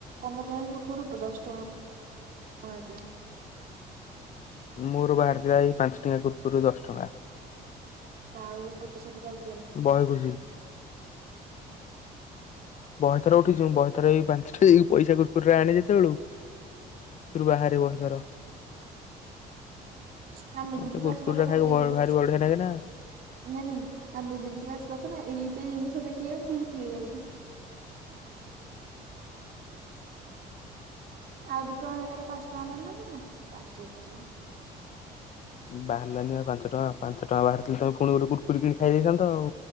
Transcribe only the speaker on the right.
ପନ୍ଦର ଟଙ୍କିଆ କୁରୁକୁରିରୁ ଦଶ ଟଙ୍କା ବାହାରିଥିଲା।
ଯାହାହଉ ଏ ପଇସା ଦି ଟା ଉଠିଗଲା।
ନା ମିଡିଲ
କ୍ଲାସ
ଲୋକ
ନା
ଏଡିକି
ନାଇଁ ନାଇଁ, ଆମେ ମିଡିଲି କ୍ଲାସ ଲୋକ ନା, ଏଡ଼ିକିଟେ ଜିନିଷ ଦେଖିଲେ ବି ଖୁସି ହେଇଯାଉଚୁ। ଆଉ ଦିଇ ଟଙ୍କା, ଏକାଥରେ ପାଞ୍ଚ ଟଙ୍କା ବାହାରି ନଥାନ୍ତା, ବାଜେ ପଇସା।